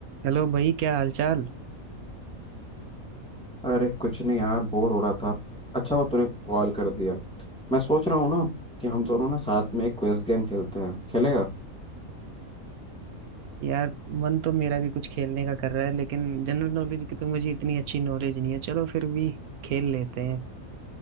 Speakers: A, on the right; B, in the centre.
A: Hello भाई क्या हालचाल
B: अरे कुछ नहीं यार बोर हो रहा था अच्छा हुआ तूने कॉल कर दिया मैं सोच रहा हूँ ना कि हम दोनों ना साथ में एक क्विज गेम खेलते हैं खेलेगा
A: यार मन तो मेरा भी कुछ खेलने का कर रहा है लेकिन जनरल नॉलेज की तो मुझे इतनी अच्छी नॉलेज नहीं है चलो फिर भी खेल लेते हैं